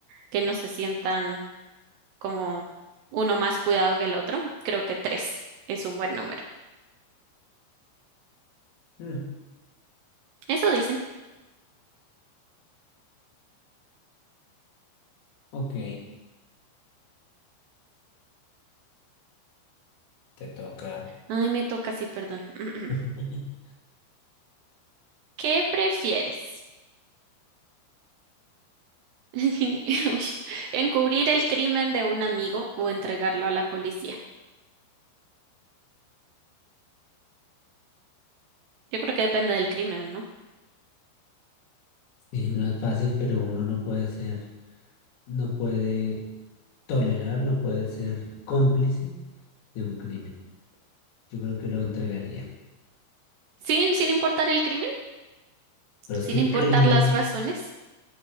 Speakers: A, on the right; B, on the left.
A: que no se sientan como uno más cuidado que el otro. Creo que tres es un buen número.
B: Mm,
A: Eso dicen.
B: ok, te toca.
A: Ay, me toca, sí, perdón. <laughs>
B: <laughs>
A: ¿Qué prefieres? <laughs> Uy, Encubrir el crimen de un amigo o entregarlo a la policía. Yo creo que depende del crimen, ¿no?
B: Sí, no es fácil, pero uno no puede ser, no puede tolerar, no puede ser cómplice de un crimen. Yo creo que lo entregaría.
A: Sin, sin importar el crimen,
B: Pero es
A: sin
B: que
A: importar
B: crimen,
A: las razones.